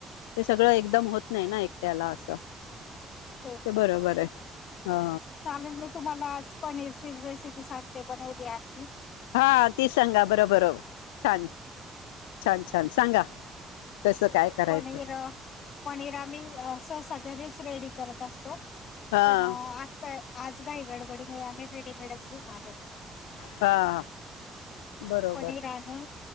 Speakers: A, on the left; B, on the left.
A: ते सगळ एकदम होत नाही ना एकट्याला अस ते
B: तेच
A: बरोबराय. हा.
B: चालेल मी तुम्हाला आज पनीरची रेसिपी सांगते बनवली आज तिच.
A: हा ती सांगा बर- बर छान छान -छान सांगा. कसं काय करायचं
B: पनीर- पनीर आम्ही सहसा घरीच रेडी करत असतो.
A: हा
B: पण आजता आज काय गडबडीमुळे आम्ही रेडीमेड घेऊन आलो.
A: हा बरोबर
B: पनीर आणि